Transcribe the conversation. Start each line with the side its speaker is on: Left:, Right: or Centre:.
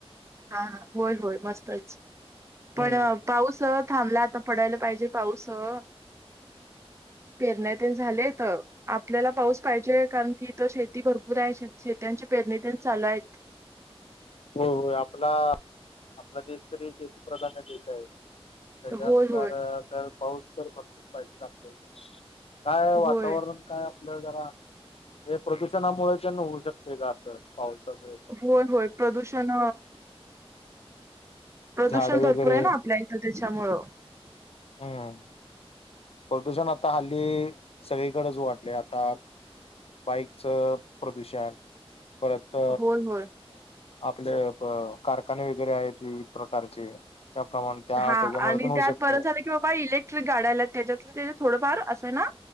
Right: हा ह होय होय मस्तच. पण-
Left: हम्म
Right: पाऊस थांबलाय. आता पडायला पाहिजे पाऊस- पेरण्या ते झाल्या इथं. आपल्याला पाऊस पाहिजेए. कारण की इथ शेती भरपूर आहे. शेत्यांची पेरणी ते चालू आहेत.
Left: हो होय आपला- आपला देश तरी शेतीप्रधान देश आहे. त्याच्यानुसार-
Right: होय होय
Left: तर पाऊस तर भरपूर पाहिजे आपल्याला. काय हो वातावरण-
Right: होय
Left: काय आपलं जरा हे प्रदूषणामुळे त्यां न होऊ शकते का असं पावसच?
Right: होय होय प्रदूषण- प्रदूषण
Left: झाड
Right: भरपूर
Left: वगैरे
Right: आहे ना? आपल्या इथं त्याच्यामुळं-
Left: हम्म प्रदूषण आता हल्ली सगळीकडेच वाढलंय आता- बाईकचं प्रदूषण. परत-
Right: होय होय
Left: आपले कारखाने वगैरे आहेत. विविध प्रकारचे त्याप्रमाणे- त्या
Right: हा
Left: त्याच्यामुळे
Right: आणि
Left: पण होऊ
Right: त्यात
Left: शकते
Right: बरं झालं की बाबा इलेक्- ट्रिक गाड्या आल्यात. त्यानी थोडंफार असं ना,